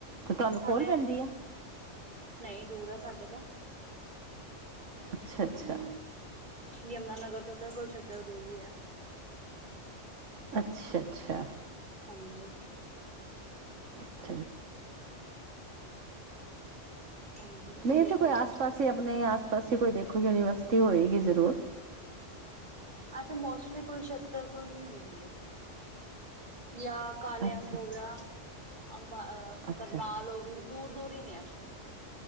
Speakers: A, on the right; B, on the right.
A: ਤੇ ਤੁਹਾਨੂੰ
B: ਸਾਡੇ
A: ਕੋਲ ਪੈਂਦੀ ਹੈ
B: ਨਹੀਂ ਦੂਰ ਆ ਸਾਡੇ ਤੋਂ
A: ਅੱਛਾ ਅੱਛਾ
B: ਯਮੁਨਾ ਨਗਰ ਤੋਂ ਤਾਂ ਕੁਲਛਤਰ ਦੂਰ ਹੀ ਹੈ
A: ਅੱਛਾ-ਅੱਛਾ।
B: ਹਾਂਜੀ।
A: <unintelligible>
B: ਹਾਂਜੀ ਇਸ
A: ਨਹੀਂ
B: ਲਈ
A: ਏਥੇ
B: ਫਿਰ
A: ਕੋਈ ਆਸ ਪਾਸੇ ਆਪਨੇ ਆਸ ਪਾਸ ਹੀ ਕੋਈ ਦੇਖੋ, ਯੂਨੀਵਰਸਿਟੀ ਹੋਏਗੀ ਜ਼ਰੂਰ।
B: ਆ ਤੇ ਮੌਸਲੀ ਕੁਲਸ਼ੇਤਰ ਤੋਂ ਹੀ ਹੁੰਦੀ ਐ। ਯਾ ਕਾਲੇ
A: ਅੱਛਾ,
B: ਅੰਬ ਹੋ ਗਿਆ, ਅੰਬਾ ਅਹ
A: ਅੱਛਾ।
B: ਕਰਨਾਲ ਹੋ ਗਈ। ਦੂਰ-ਦੂਰ ਈ ਨੇ ਏਥੇ।